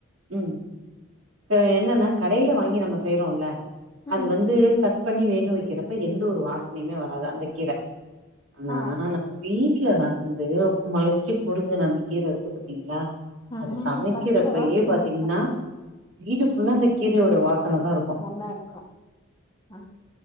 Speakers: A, on the right (about 80°); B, on the left (about 20°).
A: ம் இப்ப என்னன்னா கடைல வாங்கி நம்ம செய்றோல்ல அது
B: ம்
A: வந்து கட் பண்ணி வேக வெக்கிறப்ப எந்த ஒரு வாசனையிமே வராது அந்த கீர ஆனா
B: ஆ
A: நம்ம வீட்ல வந்து மொளச்சு புடுங்கன அந்த கீர இருக்கு பாத்தீங்ளா
B: ஆ
A: அத சமைக்கிறப்பையே
B: பச்ச வாசன
A: பாத்தீங்ன்னா
B: அடிக்கு
A: வீடு
B: ம்
A: ஃபுல்லா
B: ம்,
A: அந்த
B: ம்.
A: கீரையோட வாசன தா இருக்கு
B: நல்லா இருக்கு ஆ